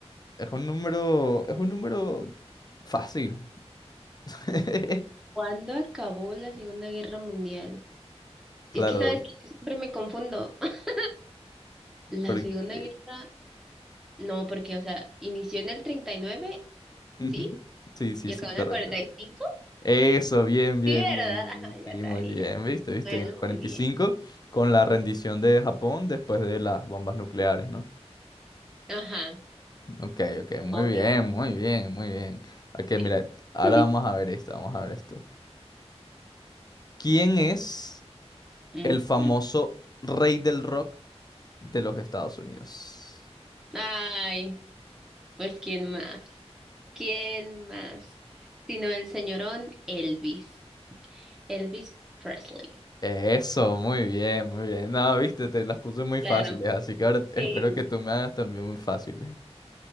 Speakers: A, on the left; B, in the centre.
A: Es un número, es un número fácil. <laughs>
B: ¿Cuándo acabó la Segunda Guerra Mundial?
A: Claro,
B: Es que sabes que yo siempre me confundo. <gasps> <laughs> La
A: porque...
B: Segunda Guerra, no, porque, o sea, inició en el 39,
A: ujú.
B: ¿sí?
A: Sí, sí,
B: Y
A: sí,
B: acabó
A: correcto.
B: en el 45.
A: Eso, bien, bien,
B: Sí, ¿verdad?
A: bien, bien,
B: <laughs> Ajá, ya
A: bien. Sí,
B: sabía.
A: muy bien, viste, viste,
B: Bueno,
A: en el 45
B: muy bien.
A: con la rendición de Japón después de las bombas nucleares, ¿no?
B: Ajá.
A: Ok, ok, muy
B: Ok,
A: bien, muy bien, muy bien. Ok,
B: sí.
A: mira, ahora
B: <laughs>
A: vamos a ver esto, vamos a ver esto. ¿Quién es
B: Ujú.
A: el famoso rey del rock de los Estados Unidos?
B: Ay. Pues ¿quién más? ¿Quién más? Sino el señorón Elvis, Elvis Presley.
A: Eso, muy bien, muy bien. No, viste, te las puse muy
B: Claro,
A: fáciles, así que ahora espero
B: sí.
A: que tú me
B: <laughs>
A: hagas también muy fáciles.